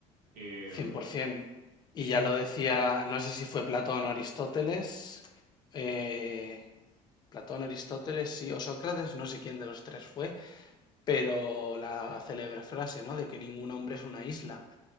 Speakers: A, on the right; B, on the left.
A: Eh,
B: 100%.
A: eh,
B: Y
A: sí,
B: ya lo decía, no sé si fue Platón o Aristóteles. eh, Platón, Aristóteles, sí, o Sócrates, no sé quién de los tres fue pero la célebre frase, ¿no? De que ningún hombre es una isla.